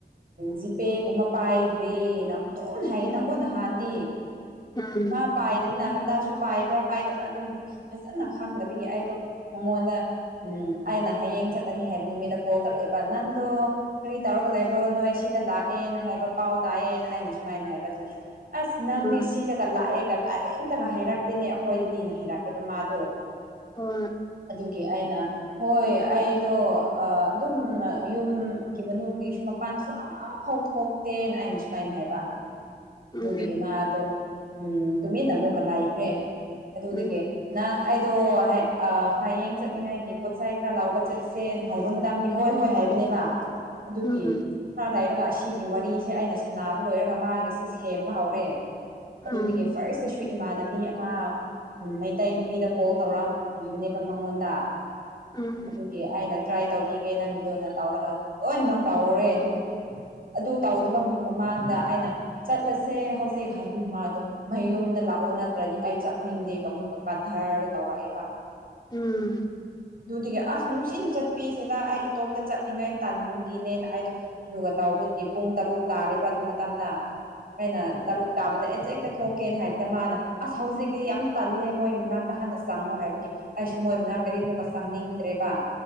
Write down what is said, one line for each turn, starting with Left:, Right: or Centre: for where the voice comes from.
Right: ꯖꯤꯄꯦꯒꯨꯝꯕ ꯄꯥꯏꯗ꯭ꯔꯔꯤꯅ ꯑꯗꯨꯝ ꯍꯥꯏꯌꯦꯅꯀꯣ ꯅꯍꯥꯟꯗꯤ
Left: ꯎꯝ
Right: ꯃꯥ ꯄꯥꯏꯗꯃꯤ ꯍꯟꯗꯁꯨ ꯄꯥꯏꯕ꯭ꯔꯥ ꯄꯥꯏꯗꯕ꯭ꯔꯥ ꯑꯗꯨꯝ ꯐꯖꯅ ꯈꯪꯗꯕꯒꯤ ꯑꯩꯗꯣ ꯃꯉꯣꯟꯗ ꯎ ꯑꯩꯅ ꯍꯥꯏꯌꯦ ꯆꯠꯂꯅꯤ ꯍꯥꯏꯕ ꯅꯨꯃꯤꯠꯇ ꯀꯣꯜ ꯇꯧꯔꯛꯑꯦꯕ ꯅꯪꯗꯣ ꯀꯔꯤ ꯇꯧꯔꯒ ꯂꯩꯕ꯭ꯔꯣ ꯅꯣꯏ ꯁꯤꯗ ꯂꯥꯛꯑꯦꯅ ꯍꯥꯏꯕ ꯄꯥꯎ ꯇꯥꯏꯑꯦꯅ ꯑꯩꯅ ꯁꯨꯃꯥꯏꯅ ꯍꯥꯏꯕ ꯑꯗꯨꯒꯤ ꯑꯁ ꯅꯪꯗꯤ
Left: ꯎꯝ
Right: ꯁꯤꯗꯒ ꯂꯥꯛꯑꯦꯒ ꯀꯔꯤꯝꯇꯒ ꯍꯥꯏꯔꯛꯇꯦꯅꯦ ꯑꯩꯈꯣꯏꯗꯗꯤꯅꯦ ꯍꯥꯏꯔꯛꯑꯦꯕ ꯃꯥꯗꯣ
Left: ꯑꯣ
Right: ꯑꯗꯨꯒꯤ ꯑꯩꯅ ꯍꯣꯏ ꯑꯩꯗꯣ ꯑꯗꯨꯝ ꯌꯨꯝꯒꯤ ꯃꯅꯨꯡꯗꯒꯤ ꯁꯨꯝ ꯃꯄꯥꯟ ꯑꯃ ꯐꯥꯎ ꯊꯣꯛꯇꯦꯅ ꯑꯩꯅ ꯁꯨꯃꯥꯏꯅ ꯍꯥꯏꯕ ꯑꯗꯨꯗꯒꯤ
Left: ꯎꯝ
Right: ꯃꯥꯗꯣ ꯎꯝ ꯇꯨꯃꯤꯟꯅ ꯑꯃꯨꯛꯀ ꯂꯥꯛꯈ꯭ꯔꯦ ꯑꯗ ꯍꯧꯗꯤꯒ
Left: ꯎꯝ
Right: ꯅ ꯑꯩꯗꯣ ꯍꯌꯦꯡ ꯆꯠꯅꯤꯡꯉꯥꯏꯒꯤ ꯄꯣꯠꯆꯥꯏ ꯈꯔ ꯂꯥꯎꯕ ꯆꯠꯁꯦ ꯍꯥꯏꯕ ꯃꯗꯥꯝꯗꯤ ꯍꯣꯏ ꯍꯣꯏ ꯍꯥꯏ ꯍꯥꯏꯕꯅꯦꯕ ꯑꯗꯨꯒꯤ
Left: ꯎꯝ
Right: ꯁꯇꯥꯔꯥꯏꯠ ꯅꯠꯇꯔꯒ ꯑꯁꯤꯒꯤ ꯋꯥꯔꯤꯁꯦ ꯑꯩꯅ ꯁꯥꯟꯅꯕ ꯂꯣꯏꯔꯒ ꯃꯥꯒꯤꯁꯦ ꯁꯦꯝꯕ ꯍꯧꯔꯦ ꯑꯗꯨꯗꯒꯤ
Left: ꯎꯝ
Right: ꯐꯥ ꯨ ꯏꯃꯥꯟꯅꯕꯤ ꯑꯃ ꯃꯩꯇꯩ ꯅꯨꯄꯤꯗ ꯀꯣꯜ ꯇꯧꯔꯕꯤꯕꯅꯦꯕ ꯃꯉꯣꯟꯗ
Left: ꯎꯝ ꯎꯝ ꯎꯝ ꯎꯝ
Right: ꯑꯗꯨꯒꯤ ꯑꯩꯅ ꯇ꯭ꯔꯥꯏ ꯇꯧꯕꯤꯒꯦ ꯅꯪꯒꯤꯗꯣꯅ ꯇꯧꯔꯒ ꯂꯣꯏꯅꯃꯛ ꯇꯥꯎꯎꯔꯦ ꯑꯗꯨꯒ ꯑꯗꯨ ꯇꯧꯗꯕ ꯃꯃꯥꯡꯗ ꯑꯩꯅ ꯆꯠꯂꯁꯦ ꯍꯧꯖꯤꯛ ꯍꯥꯏꯕꯤ ꯃꯌꯨꯝꯗ ꯂꯥꯛꯑꯣ ꯅꯠꯇ꯭ꯔꯗꯤ ꯑꯩ ꯆꯠꯅꯤꯡꯗꯦꯒ ꯑꯃꯨꯛꯀ ꯀꯥꯙꯔꯗ ꯇꯧꯔꯛꯑꯦꯕ
Left: ꯎꯝ
Right: ꯑꯗꯨꯗꯨꯒꯤ ꯑꯁ ꯅꯨꯡꯁꯤꯅ ꯆꯠꯄꯤꯁꯤꯗ ꯑꯩ ꯏꯇꯣꯝꯇ ꯆꯠꯅꯤꯡꯉꯥꯏ ꯇꯟꯒꯤꯅꯦꯅ ꯑꯩꯗꯣ ꯑꯗꯨꯒ ꯇꯧꯕ ꯍꯧꯀꯤ ꯄꯨꯡ ꯇꯔꯨꯛ ꯇꯥꯔꯤꯕ ꯑꯗꯨ ꯃꯇꯝꯗ ꯑꯩꯅ ꯇꯔꯨꯛ ꯇꯥꯕꯗ ꯊꯣꯛꯀꯦꯅ ꯍꯥꯏꯕꯗ ꯃꯥꯅ ꯑꯁ ꯍꯧꯖꯤꯛꯤ ꯌꯥꯝ ꯇꯜꯂꯦ ꯃꯣꯏ ꯃꯅꯥꯛꯇ ꯍꯥꯟꯟꯅ ꯆꯪꯉꯨ ꯍꯥꯏꯕꯒꯤ ꯑꯩꯁꯨ ꯃꯣꯏ ꯃꯅꯥꯛ ꯀꯔꯤ ꯑꯃꯨꯛꯀ ꯆꯪꯅꯤꯡꯗ꯭ꯔꯦꯕ